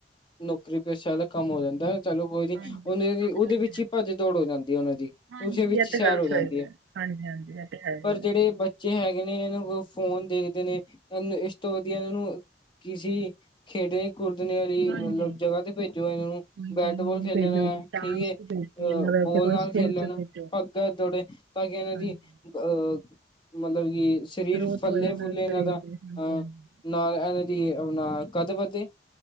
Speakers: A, on the left (about 30°); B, on the right (about 80°).
A: ਨੌਕਰੀ ਪਾਸੇ ਵਾਲਾ ਕੰਮ ਹੋ ਜਾਂਦਾ ਐ। ਚਲੋ ਕੋਈ ਨੀ,
B: ਹਾਂਜੀ
A: ਉਹਦੇ
B: ਸਭ
A: ਦੀ ਉਹਦੇ
B: ਜਾਣਦੇ
A: ਵਿੱਚ
B: ਆ
A: ਈ ਭੱਜ ਦੌੜ ਹੋ ਜਾਂਦੀ ਐ ਉਹਨਾ ਦੀ
B: ਹਾਂਜੀ
A: ਉਸਦੇ ਵਿੱਚ
B: ਇਹ
A: ਹੀ
B: ਤੇ
A: ਸੈਰ
B: ਗੱਲ
A: ਹੋ ਜਾਂਦੀ
B: ਸਹੀ ਹੈ
A: ਐ।
B: ਹਾਂਜੀ ਹਾਂਜੀ, ਹੈਗਾ
A: ਪਰ ਜਿਹੜੇ ਬੱਚੇ ਹੈਗੇ ਨੇ ਇਹਨਾਂ ਨੂੰ ਫੋਨ ਦੇਖਦੇ ਨੇ ਇਸ ਤੋਂ ਵਧੀਆ ਇਹਨਾਂ ਨੂੰ ਕਿਸੀ, ਖੇਡੇ ਕੁਦਣ ਵਾਲੀ
B: ਹਾਂਜੀ
A: ਮਤਲਬ ਜਗ੍ਹਾ ਤੇ ਭੇਜੋ ਇਹ ਨੂੰ
B: ਕੋਈ
A: ਬੈਟਬਾਲ
B: ਗੇਮ ਗੂਮ
A: ਖੇਲਣਾ
B: ਭੇਜੋ ਕੋਈ ਡਾਂਸ
A: ਠੀਕ ਏ।
B: ਚ ਭੇਜੋ
A: ਅਹ
B: ਜਾਂ ਵੈਸੇ
A: ਬੋਲ
B: ਕੋਈ
A: ਨਾਲ
B: ਸਕਿੱਲ
A: ਖੇਲਣਾ,
B: ਚ ਭੇਜੋ
A: ਭੱਜ ਦੋੜੇ ਤਾਂ ਕਿ ਇਹਨਾਂ
B: ਹਾਂਜੀ
A: ਦੀ। ਅ, ਮਤਲਬ ਕਿ ਸਰੀਰ
B: ਗਰੋਥ
A: ਫੱਲੇ
B: ਹੋਏ ਉਹਨਾਂ
A: ਫੁੱਲੇ
B: ਦੇ ਸਰੀਰ
A: ਇਹਨਾਂ ਦਾ,
B: ਦੀ ਹਾਂਜੀ
A: ਅਹ
B: ਹਾਂਜੀ
A: ਨਾਲ ਇਹਨਾਂ ਦੀ ਆਪਣਾ ਕਾਹਦੇ ਵਾਸਤੇ